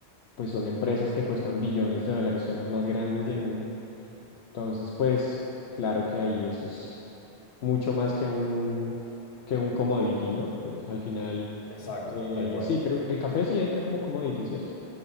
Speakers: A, on the left; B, on the left.
A: pues son empresas que cuestan billones de dólares, son las más grandes
B: Sí.
A: del mundo. Entonces, pues claro que ahí eso es mucho más que un, que un commodity, ¿no? Pues al final
B: Exacto,
A: eh,
B: tal cual.
A: sí, creo que el café sí entra como commodity, ¿cierto?